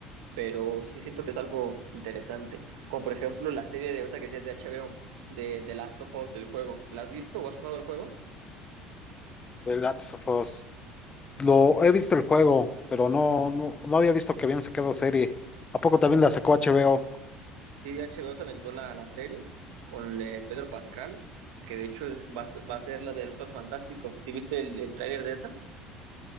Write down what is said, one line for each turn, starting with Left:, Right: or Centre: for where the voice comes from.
Right: pero sí siento que es algo interesante. Como por ejemplo la serie de otra que decías de HBO, de The Last of Us del juego. ¿La has visto o has jugado el juego?
Left: The Last of Us. Lo he visto el juego, pero no, no, no había visto que habían sacado serie. ¿A poco también la sacó HBO?
Right: Sí, HBO se aventó la, la serie con eh, Pedro Pascal, que de hecho es- va, a s- va a ser la de los Cuatro Fantásticos. ¿Sí viste el, el tráiler de esa?